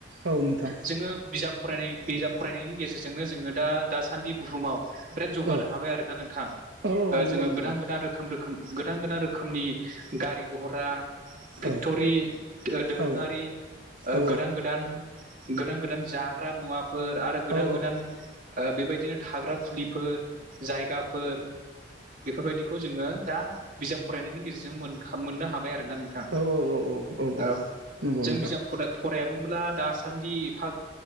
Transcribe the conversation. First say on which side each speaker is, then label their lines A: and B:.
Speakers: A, on the right; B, on the right.
A: औ नोंथां
B: जोङो बिजाब फरायनाय बिजाब फरायनायनि गेजेरजोंनो जोङो दा दासान्दि बुहुमाव बिराद जौगानो
A: औ
B: हाबाय आर ना नोंथां।
A: औ औ
B: ओ
A: नंगौ
B: जोङो
A: नंगौ
B: गोदान
A: नोंथां
B: गोदान रोखोम रोखोम गोदान गोदान रोखोमनि गारि भहरा फेक्टरि
A: औ
B: दो दोरोङारि
A: औ
B: ओ
A: औ
B: गोदान गोदान गोदान गोदान जाग्रा मुवा फोर आरो गोदान
A: औ
B: गोदान ओ बेबायदिनो थाग्रा खुलिफोर जायगाफोर बेफोरबायदिखौ जोङो दा बिजाब फरायनायनि गेजेरजों मोन खा मोननो हाबाय आरो ना नोंथां।
A: औ औ औ औ।
B: ओं
A: नंगौ
B: जों
A: नोंथां
B: बिजाब फनो फराया मोमब्ला दासान्दि एफाग